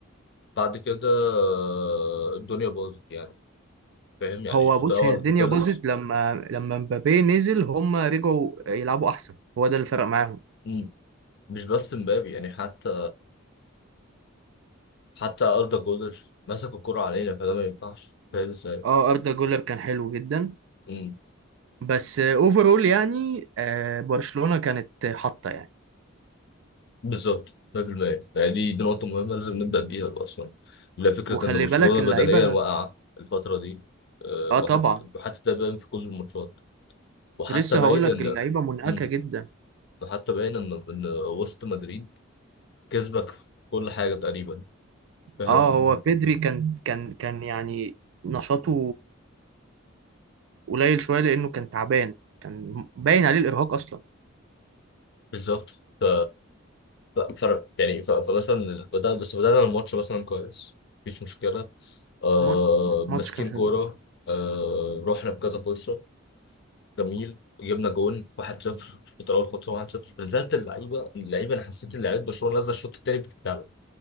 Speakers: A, on the left; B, on the right.
A: بعد كده آه، الدنيا باظت يعني فاهم يعني
B: هو
A: الشوط
B: بص
A: الاول
B: هي الدنيا
A: خلص
B: باظت لما لما مبابي نزل هم رجعوا يلعبوا أحسن هو ده اللي فرق معاهم
A: مم. مش بس مبابي يعني حتى حتى اردا جولر مسك الكرة علينا فده ما ينفعش فاهم ازاي
B: اه أردا جولر كان حلو جدا
A: مم.
B: بس اوفرول يعني آه، برشلونة كانت حاطة يعني
A: بالظبط 100% يعني دي دي نقطة مهمة لازم نبدأ بيها أصلا لا فكرة
B: وخلي
A: إن برشلونة
B: بالك اللعيبة
A: بدنيا واقعة الفترة دي آه،
B: اه
A: وحتى
B: طبعا
A: وحتى ده باين في كل الماتشات وحتى
B: كنت لسه
A: باين
B: هقول لك
A: إن
B: اللعيبة منهكة
A: مم.
B: جدا
A: وحتى باين إن إن وسط مدريد كسبك في كل حاجة تقريبا فاهم
B: اه هو بيدري كان كان كان يعني نشاطه قليل شوية لأنه كان تعبان كان باين عليه الإرهاق أصلا
A: بالظبط ف... ف... ف... يعني ف... فمثلا بدأ بس بدأنا الماتش مثلا كويس مفيش مشكلة آه...
B: ماتش
A: ماسكين
B: ماتش كان حلو
A: كورة آه... رحنا بكذا فرصة جميل جبنا جون 1-0 الفترة الأولى خلصنا 1-0 نزلت اللعيبة اللعيبة أنا حسيت إن لعيبة برشلونة نازلة الشوط التاني بتدلع